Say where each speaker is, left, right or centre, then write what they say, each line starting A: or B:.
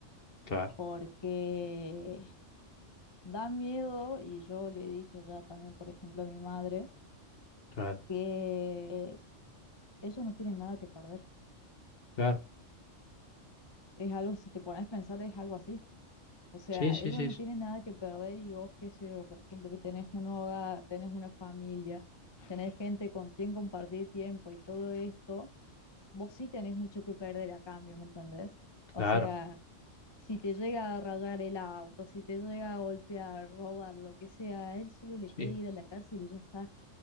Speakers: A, on the left; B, on the left.
A: claro,
B: porque da miedo, y yo le he dicho ya también, por ejemplo, a mi madre,
A: claro,
B: que ellos no tienen nada que perder.
A: claro.
B: Es algo, si te pones a pensar, es algo así. O sea,
A: Sí, sí,
B: ellos
A: sí,
B: no
A: sí,
B: tienen nada que perder y vos, qué sé yo, por ejemplo, que tenés un hogar, tenés una familia, tenés gente con quien compartir tiempo y todo esto, vos sí tenés mucho que perder a cambio, ¿me entendés? O
A: claro,
B: sea... Si te llega a rayar el auto, si te llega a golpear, robar, lo que sea, a él solo le queda
A: sí,
B: ir a la cárcel y ya está,